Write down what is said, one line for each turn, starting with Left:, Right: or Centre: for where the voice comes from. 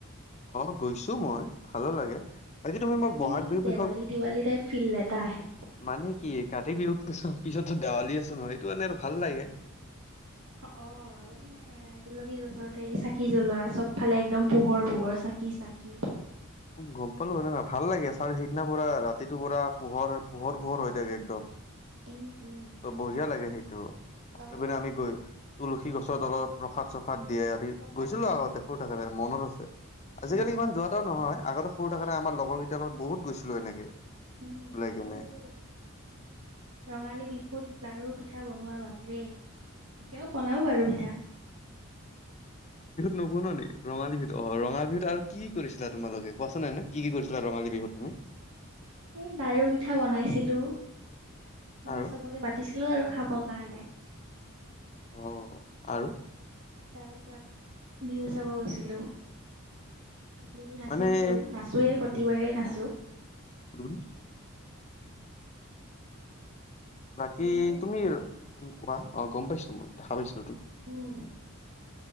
Left: <unintelligible> গৈছো মই, ভালো লাগে। বাকী তুমি
Right: কাতি
Left: মোক বহাগ
Right: বিহুত
Left: বিহুৰ
Right: দেৱালী
Left: বিষয়ে
Right: দেৱালী টাইপ ফিল এটা আহে।
Left: মানে কি কাতি বিহুত পিছত, পিছততো দেৱালী আছো নহয়, সেইটো কাৰণে আৰু ভাল লাগে।
Right: অ', ‌ মানে তুলসী গছত এই চাকি জ্বলোৱা চবফালে একদম পোহৰ পোহৰ চাকি চাকি।
Left: গম পালো এনেকুৱা ভাল লাগে ছাৰ সেইদিনা পুৰা ৰাতিটো পুৰা পোহৰ পোহৰ পোহৰ হৈ থাকে একদম
Right: উম, উম, হয়,
Left: ত বঢ়িয়া
Right: হয়।
Left: লাগে সেইটো আৰু
Right: অ',
Left: পিনে আমি গৈ তুলসী গছত অলপ প্ৰসাদ চসাদ। ভাত দিয়ে আমি
Right: ককাতিয়া
Left: গৈছিলো আগতে
Right: অ',
Left: সুৰ থাকেৰে মনত আছে আজিকালি
Right: হয়,
Left: ইমান
Right: হয়,
Left: যোৱা এটা নহয় আগতে সৰু থাকতে আম লগৰেইটাৰ লগত বহুত গৈছিলো এনেকে,
Right: উম
Left: ওলাই
Right: আৰু
Left: কেনে
Right: এই ৰঙালী বিহুত, লাৰু পিঠা বনোৱা ভাপৰে এতিয়াও বনাও বাৰু পিঠা
Left: নব নে ৰঙালী বিহুত অ ৰঙালী বিহুত আৰু কি কৰিছিলা তোমালোকে কোৱাচোন নে কি কি কৰিছিলা ৰঙালী বিহুত তুমি,
Right: এই দাৰু পিঠা বনাইছিলো মানে
Left: আৰু
Right: চবকে পাতিছিলো আৰু খাব। নাই-নাই।
Left: অ, আৰু
Right: তাৰপিছত বিহু চাব গৈছিলো। বিহু নাচিছিলো
Left: মানে
Right: নাচোৱেই প্ৰতিবাৰেই
Left: উম
Right: নাচো।
Left: উম বাকী
Right: এইবাৰো
Left: তুমি
Right: নাচিম
Left: কোৱা অ, গম পাইছো মই দেখা পাইছো।
Right: উম,